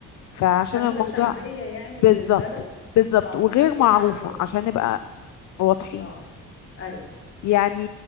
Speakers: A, on the left; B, on the left.
A: فعشان
B: اكلة
A: الموضوع
B: شعبية يعني
A: بالظبط
B: للبلد
A: بالظبط
B: اه
A: وغير
B: اكلة
A: معروفة
B: شعبية
A: عشان نبقى واضحين
B: اه اي
A: يعني